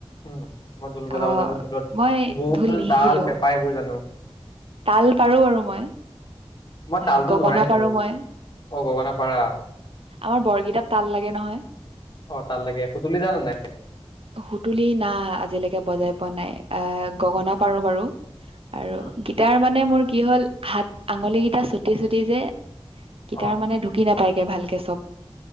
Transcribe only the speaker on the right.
অ
মই
নিশিকিলো
তাল পাৰো বাৰু মই
এ গগনা
পাৰো মই।
আমাৰ বৰগেইটাত তাল লাগে নহয়
সুতুলি না আজিলৈকে বজাই পোৱা নাই আহ গগনা পাৰো বাৰু আৰু
গীটাৰ মানে মোৰ কি হল হাত আঙুলি গেইটা চুটি চুটি যে। গীটাৰ
মানে ঢুকি নাপায়গে ভালকে চব।